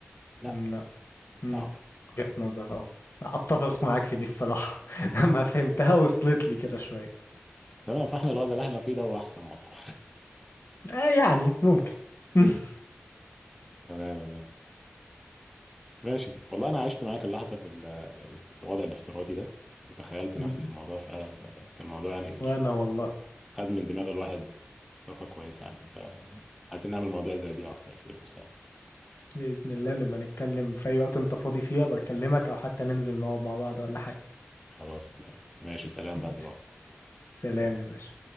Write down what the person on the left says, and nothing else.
مم، لا مم،
وجهة نظر اه اتفق معاك في دي الصراحة <laughs> لما فهمتها وصلت لي كده شوية
آه، يعني ممكن <laughs>
مم،
وانا والله
بإذن الله نبقى نتكلم في أي وقت أنت فاضي فيها بكلمك أو حتى ننزل نقعد مع بعض ولا حاجة
ماشي
سلام يا باشا